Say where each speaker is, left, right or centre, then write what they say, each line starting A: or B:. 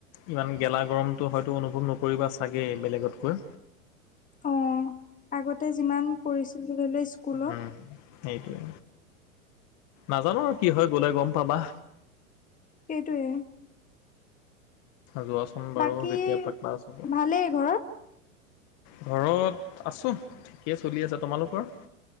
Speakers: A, on the left; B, on the left.
A: ইমান গেলা গৰমটো হয়তো অনুভৱ নকৰিবা চাগে বেলেগতকৈ।
B: অ' আগতে যিমান কৰিছিলো। <unintelligible> স্কুলত।
A: উম, সেইটোৱে, নাজানো আৰু কি হয় গলে গম পাবা।
B: সেইটোৱে।
A: যোৱাচোন বাৰু,
B: বাকী
A: যেতিয়াৰ পৰা ক্লাছ হ'ব।
B: ভালেই ঘৰত
A: ঘৰত আছো, ঠিকেই চলি আছে। তোমালোকৰ?